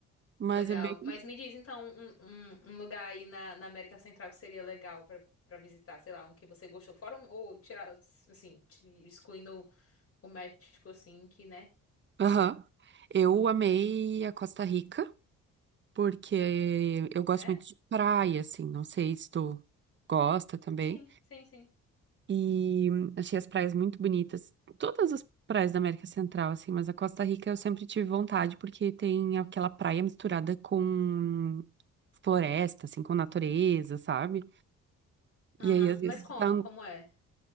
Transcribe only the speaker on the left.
Legal.
Mas me diz então um, um, um lugar aí na, na América Central que seria legal pra para visitar, sei lá, um que você gostou, fora um, ou tirar, assim, te- excluindo o México, assim, que, né?
É?
Sim, sim, sim.
Aham.
Mas como?
Como é?